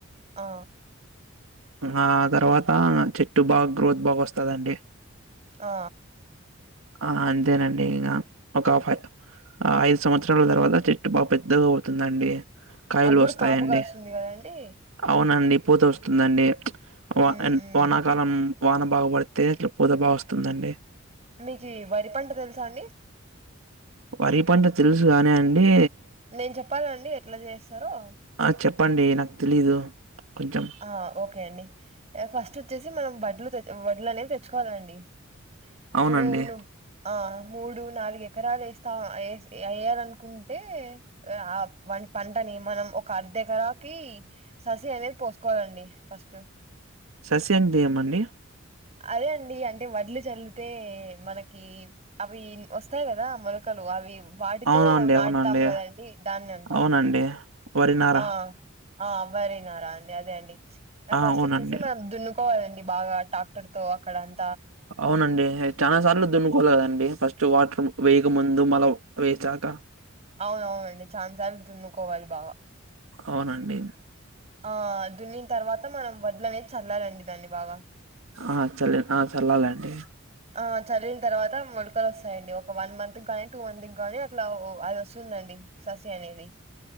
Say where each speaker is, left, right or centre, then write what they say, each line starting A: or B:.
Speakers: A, on the right; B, on the right.
A: ఆ
B: ఆ తర్వాత చెట్టు బాగా గ్రోత్, బాగోస్తందండి.
A: ఆ
B: ఆ అంతేనండి ఇగా, ఒక ఫై ఆ ఐదు సంవత్సరాల తర్వాత, చెట్టు బాగ్ పెద్దగా అవుతుందండి. కాయాలు
A: అప్పుడు
B: వస్తాయండి,
A: కాపు కాస్తుంది కదండి
B: అవునండి. పూత వస్తుందండి, వా
A: ఉమ్
B: అన్
A: ఉమ్
B: వానాకాలం. వాన బాగా పడితే, ఇట్లా పూత బాగా వస్తుందండి.
A: మీకి వరి పంట తెల్సా అండి.
B: వరి పంట తెల్సు గానీ అండి.
A: నేన్ చెప్పాలండి ఎట్లా జేస్తారో.
B: ఆ చెప్పండి నాక్ తెలీదు. కొంచెం
A: ఆ ఓకే అండి, ఇగ ఫస్ట్ ఓచ్చేసి మన బడ్లు వడ్లు అనేవి తెచ్చుకోవాలండి. ఇప్పుడు
B: అవునండి
A: నువ్ ఆ మూడు, నాలుగు ఎకరాలు ఎస్తా వేయ్యాలనుకుంటే, ఆ పన్ పంటని నీ మనం ఒక అర్ధ ఎకరాకి, ససి అనేది పోసుకోవాలండి ఫస్ట్.
B: ససి అంటే దేమండి.
A: అదే అండి అంటే వడ్లు చల్లితే, మనకి అవి వస్తాయి కదా మొలక్ కలు అవి వాటితో
B: అవునండి
A: నాటుతాం
B: అవునండి
A: కదండి, దాన్ని అంటారండి.
B: అవునండి వరినార.
A: ఆ ఆ వరినారా అండి అదే అండి
B: ఆ
A: ఫస్ట్
B: అవునండి
A: వచ్చేసి మనం దున్నుకోవాలండి బాగా టాక్టర్ తో అక్కడన్
B: అవునండి చాలా సార్లు దున్నుకోవాలకదండి ఫస్ట్ వాటర్ వేయక ముందు మళ వేచాక
A: అవునవునండి ఛాన్సార్లు దున్నుకోవాలి బాగా
B: అవునండి
A: ఆ దున్నిన తర్వాత మనం వడ్లు అనేది చల్లాలండి దాన్ని బాగా
B: ఆ చల్ల ఆ చల్లాలండి
A: ఆ చల్లిన తర్వాత మొలకలు వస్తాయండి ఒక వన్ మంత్కీ గానీ టూ మంత్ కి కాని ఇట్లా అది వస్తుందండి ససి అనేది